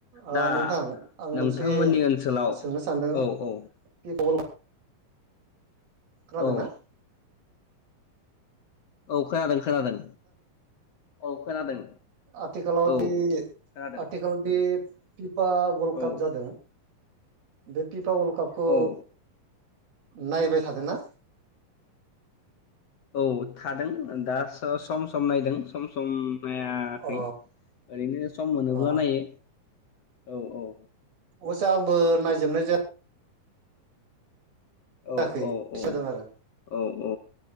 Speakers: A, on the right; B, on the left.
A: ओ
B: दा
A: नोंथां आं
B: नोंथांमोननि
A: मोनसे
B: ओनसोलाव
A: सोंनो सानदों
B: औ
A: <unintelligible>
B: औ
A: खोनादोंना
B: औ औ खोनादों खोनादों औ खोनादों
A: आथिखालावदि
B: औ खोनादों
A: आथिखालावदि <inaudible> फिफा वाल्ड
B: औ
A: काप जादों बे फि फा वाल्ड कापखौ
B: औ
A: नायबाय थादों ना
B: औ थादों दा सम सम नायदों सम सम नायाखै
A: अ
B: ओरैनो सम मोनोब्ला
A: अ
B: नायो औ औ
A: अबसे आंबो नायजोबनाय जाया जायाखै
B: औ औ औ
A: जादों आरो
B: औ औ